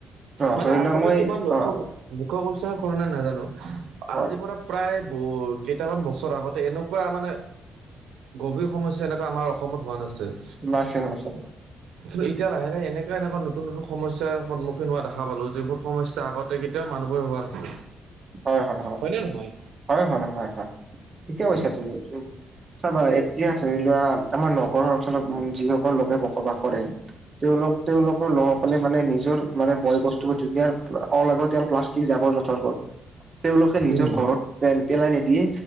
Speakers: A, on the right (about 25°); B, on the right (about 85°).
A: অ
B: মানে
A: ধৰি
B: আগতে
A: লোৱা মই
B: তোমাৰ লক্ষ্য-লক্ষ্য
A: অ
B: কৰিছা নে কৰা নাই নাজানো।
A: হয়
B: আজিৰ পৰা প্ৰায় ব কেইটামান বছৰ আগতে এনেকুৱা মানে গভীৰ সমস্যা এনেকুৱা আমাৰ অসমত হোৱা নাছিল।
A: নাছিল-নাছিল।
B: কিন্ত এতিয়া লাহে-লাহে এনেকুৱা-এনেকুৱা নতুন নতুন সমস্যাৰ সন্মুখীন হোৱা দেখা পালোঁ যিবোৰ সমস্যা আগতে কেতিয়াও মানুহবোৰৰ হোৱা নাছিল।
A: হয়-হয়-হয়!
B: হয়নে নহয়
A: হয়-হয়-হয়-হয়, ঠিকে কৈছা। তুমি উম <unintelligible> চাবা এতিয়া ধৰি লোৱা আমাৰ নগৰৰ অঞ্চলত উম যিসকল লোকে বসবাস কৰে। তেওঁলোক তেওঁলোকৰ লোকসকলে মানে নিজৰ মানে বয়-বস্তুবোৰ দুনীয়াৰ অলাগতীয়াল প্লাষ্ট টিক জাবৰ-জোথৰবোৰ। তেওঁলোকে নিজৰ
B: উম
A: ঘৰত পে-পেলাই নিদিয়ে